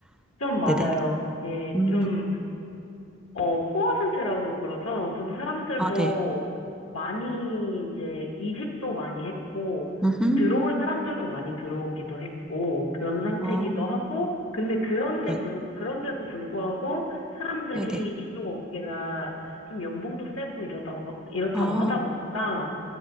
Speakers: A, on the left (about 85°); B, in the centre.
A: 좀 맞아요.
B: 네네.
A: 네,
B: 음,
A: 좀 어, 포화 상태라고 그러죠. 요즘 사람들도
B: 아, 네.
A: 많이 이제 이직도 많이 했고,
B: 음,
A: 이제 들어올 사람들도 많이 들어오기도 했고, 그런 상태이기도
B: 어,
A: 하고, 근데 그런데
B: 네.
A: 불, 그런데도 불구하고 사람들이
B: 네네.
A: 이쪽 업계가 좀 연봉도 세고 이러다고, 이렇다고
B: 아,
A: 하다 보니까,